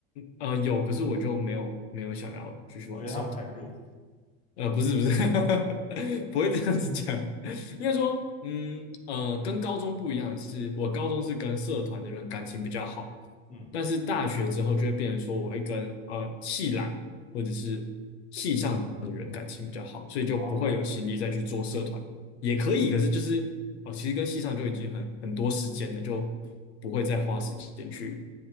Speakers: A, on the left; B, on the left.
A: 呃，有，可是我就没有没有想要继续玩社团。
B: 你觉得他们太弱？
A: 呃，不是不是，<laughs> 不会这样子讲。应该说，嗯呃，跟高中不一样的是，我高中是跟社团的人感情比较好，
B: 嗯。
A: 但是大学之后就会变成说，我会跟呃系揽或者是系上的人感情比较好，所以就不会有心力再去做社团，
B: 哦，
A: 也可以，可是就是哦，其实跟系上就已经很很多时间了，就不会再花时间去